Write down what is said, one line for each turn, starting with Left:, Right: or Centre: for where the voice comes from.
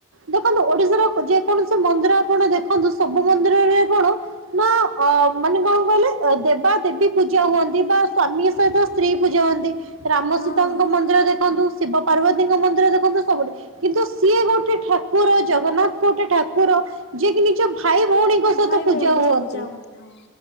Right: ଦେଖନ୍ତୁ ଓଡିଶାର ଯେ କୌଣସି ମନ୍ଦିର ଆପଣ ଦେଖନ୍ତୁ ସବୁ ମନ୍ଦିରରେ କଣ ନା ଅ ମାନେ କଣ କହିଲେ, ଦେବା ଦେବୀ ପୂଜା ହୁଅନ୍ତି ବା ସ୍ଵାମୀ ସହିତ ସ୍ତ୍ରୀ ପୂଜା ହୁଅନ୍ତି ।ରାମ
Left: ହଁ
Right: ସୀତାଙ୍କ ମନ୍ଦିର ଦେଖନ୍ତୁ ଶିବ ପାର୍ବତୀଙ୍କ ମନ୍ଦିର ଦେଖନ୍ତୁ। ସବୁଠି କିନ୍ତୁ ସିଏ ଗୋଟେ ଠାକୁର ଜଗନ୍ନାଥ ଗୋଟେ ଠାକୁର ଯିଏ କି ନିଜ ଭାଇ ଭଉଣୀଙ୍କ ସହିତ
Left: ଭାଇ
Right: ପୂଜା
Left: ଭଉଣୀଙ୍କ
Right: ହୁଅନ୍ତି
Left: ସବୁ ପୂଜା ହଁ